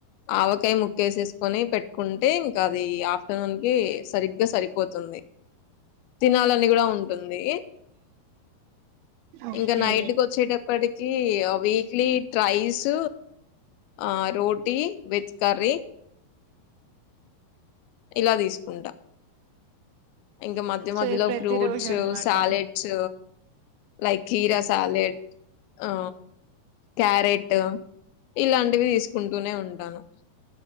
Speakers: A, on the left (about 80°); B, on the right (about 80°).
A: ఆవకాయ ముక్కేసేసుకొని పెట్టుకుంటే ఇంకా అది ఆఫ్టర్నూన్ కి సరిగ్గా సరిపోతుం తినాలని కూడా ఉంటుంది
B: ఓకే
A: ఇంకా నైటుక్ వచ్చేటప్పటికి ఇడ్లీ ట్రై స్ ఆ రోటీ వెజ్ కరీ ఇలా తీసుకుంట ఇంకా మధ్య
B: సో
A: మధ్యలో
B: ఇది ప్రతి
A: ఫ్రూట్స్
B: రోజు అనమాట
A: సాలెడ్స్ లైక్ కిరా సాలెడ్ ఆ క్యారెట్ ఇలాంటివి తీసుకుంటూనే ఉంటాను